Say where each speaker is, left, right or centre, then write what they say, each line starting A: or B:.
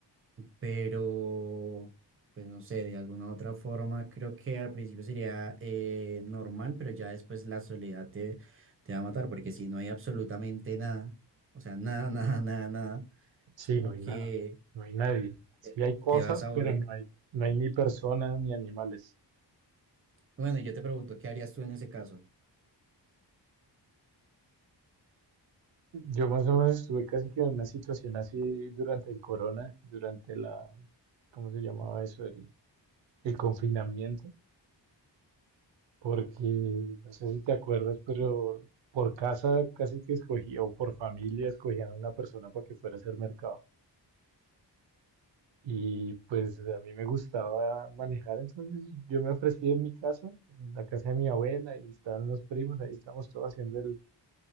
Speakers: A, on the right; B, on the right.
A: pero pues no sé, de alguna otra forma, creo que al principio sería eh, normal, pero ya después la soledad te, te va a matar, porque si no hay absolutamente nada, o sea, nada, <laughs> nada, nada, nada,
B: Sí,
A: es como
B: no hay
A: que
B: nada, no hay nadie. Sí
A: te,
B: hay cosas,
A: te vas a
B: pero
A: aburrir.
B: no hay, no hay ni personas ni animales.
A: Bueno, y yo te pregunto, ¿qué harías tú en ese caso?
B: Yo más o menos estuve casi que en una situación así durante el corona, durante la, ¿cómo se llamaba eso? El, el confinamiento, porque no sé si te acuerdas, pero por casa casi que escogía, o por familia escogían a una persona para que fuera a hacer mercado. Y pues a mí me gustaba manejar, entonces yo me ofrecí en mi casa, en la casa de mi abuela, y estaban los primos, ahí estábamos todos haciendo el,